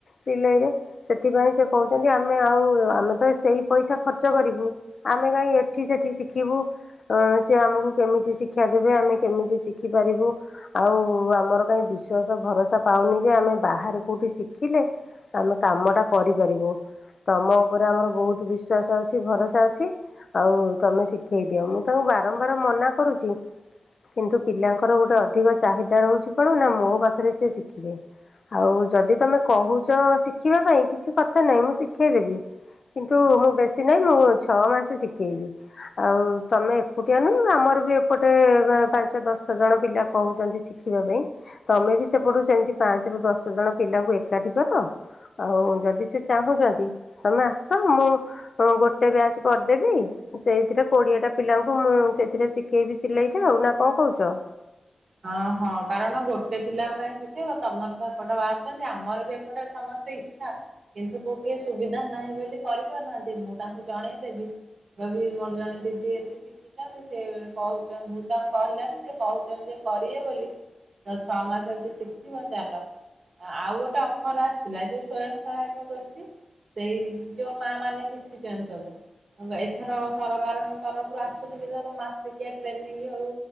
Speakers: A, on the left (about 60°); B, on the right (about 70°).
A: ସିଲେଇରେ ସେଥିପାଇଁ ସେ କହୁଛନ୍ତି ଆମେ ଆଉ ଆମେ ତ ସେଇ ପଇସା ଖର୍ଚ୍ଚ କରିବୁ ଆମେ କାଇହିଁ ଏଠି ସେଠି ଶିଖିବୁ। ସେ ଆମକୁ କେମିତି ଶିକ୍ଷା ଦେବେ ଆମେ କେମିତି ଶିଖିପାରିବୁ ଆଉ ଆମର କାହିଁ ବିଶ୍ୱାସ ଭରସା ପାଉନି ଯେ ଆମେ ବାହାରେ କେଉଁଠି ଶିଖିଲେ ଆମେ କାମଟା କରିପାରିବୁ ତମ ଉପରେ ଆମର ବହୁତ ବିଶ୍ୱାସ ଅଛି ଭରସା ଅଛି ଆଉ ତୁମେ ଶିଖାଇ ଦିଅ ମୋ। ତାଙ୍କୁ ବାରମ୍ବାର ମନା କରୁଛି କିନ୍ତୁ ପିଲାଙ୍କର ଗୋଟେ ଅଧିକ ଚାହିଦା ରହୁଛି କଣ ନା ମୋ ପାଖରେ ସେି ଶିଖିବେ ଆଉ ଯଦି ତମେ କହୁଛ ଶିଖିବା ପାଇଁ କିଛି କଥା ନାହିଁ ମୁଁ ଶିଖାଇ ଦେେବି କିନ୍ତୁ ମୁଁ ବେଶୀ ନାହିଁ ମୁଁ ଛଅ ମାସ ଶିଖେଇବି ଆଉ ତମେ ଏକୁଟିଆ ନୁହେଁ ଆମର ବି ଏପଟେ ପାଞ୍ଚ ଦଶ ଜଣ ପିଲା କହୁଛନ୍ତି ଶିଖିବା ପାଇଁ ତମେ ବି ସେପଟୁ ସେମିତି ପାଞ୍ଚରୁ ଦଶ ଜଣ ପିଲାଙ୍କୁ ଏକାଠି କର ଆଉ ଯଦି ସେ ଚାହୁଁଛନ୍ତି ତମେ ଆସ ମୁଁ ଗୋଟେ ବ୍ୟାଚ୍ କରିଦେବି ସେଇଥିରେ କୋଡ଼ିଏଟା ପିଲାଙ୍କୁ ମୁଁ ସେଥିରେ ଶିଖେଇବି ସିଲେଇଟା ଆଉ ନା କଣ କହୁଛ?
B: ହଁ ହଁ କାରଣ ଗୋଟେ ପିଲା କାହିଁ ଶିଖେଇବ ତମର ତ ଏପଟେ ବାହାରୁଛନ୍ତି ଆମର ବି ଏପଟେ ସମସ୍ତେ ଇଚ୍ଛା କିନ୍ତୁ କୋଉଠିଏ ସୁବିଧା ନାହିଁ ବୋଲି କରିପାରୁନାହାନ୍ତି ମୁଁ ତାଙ୍କୁ ଜଣେଇଦେବି ଯଦି ମୋର ଜଣେ ଦିଦି ଏମିତି ଶିଖିଛନ୍ତି ସିଏ କହୁଛନ୍ତି ମୁଁ ତାଙ୍କୁ କହିଲାରୁ ସେ କହୁଛନ୍ତି ଯେ କରିବେ ବୋଲି। ତ ଛଅ ମାସ ଯଦି ଶିଖିବ ଚାଲ ଆଉ ଗୋଟେ? ଖରା ଆସିଥିଲା ଯେଉ ସ୍ୱୟ ସହାୟ ଗୋଷ୍ଠୀ ସେଇ ଯୋଉ ମା ମାନେ ମିଶିଛନ୍ତି ସବୁ ଏଥର ସରକାରଙ୍କ ତରଫରୁ ଆସୁନି କି ସବୁ ମାସିକିଆ ଟ୍ରେନିଂ ହଉ